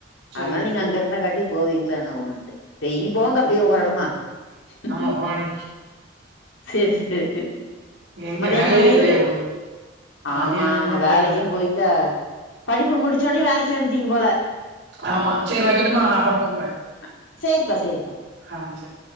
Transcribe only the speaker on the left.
அதனால நீங்க
அங்க இருந்தக்காட்டி போவீங்களோ என்னவோன்ட்டு இனி போங்க அப்டியே
ஒவ்வொரு எடமா ம்
சேர் சேர்
மதியானம்
சமையலு
ஆமா
ஆமா வேலைக்கும்
போய் படிப்பு முடிச்சோனயே வேலைக்கு சேந்துட்டீங்க போல
ம் சேரிப்பா சேரிப்பா